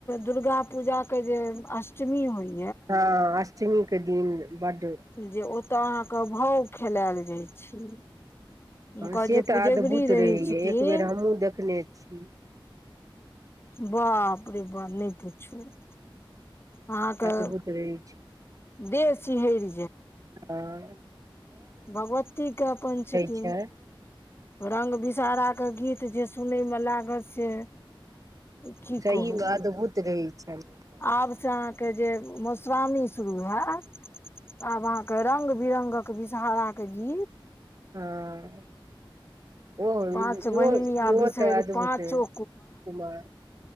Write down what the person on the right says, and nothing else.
तऽ अष्टमी के दिन बड्ड
हँ से
तऽ
अद्भुत रहैए।
एक बेर हमहूँ देखने छी।
अद्भुत रहै
आँ
छै
सही
मे अद्भुत रहै छनि
हँ ओ
ई
इहो
इहो
तऽ अदभूते
कुमार